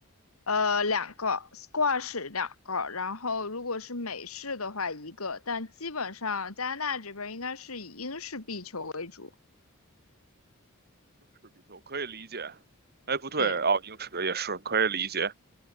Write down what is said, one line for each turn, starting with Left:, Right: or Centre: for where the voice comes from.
Left: 呃，两个 squash 两个，然后如果是美式的话一个，但基本上加拿大这边应该是以英式壁球为主。
Right: 英尺比丘可以理解，哎，不对哦，
Left: 对，
Right: 英尺也是可以理解。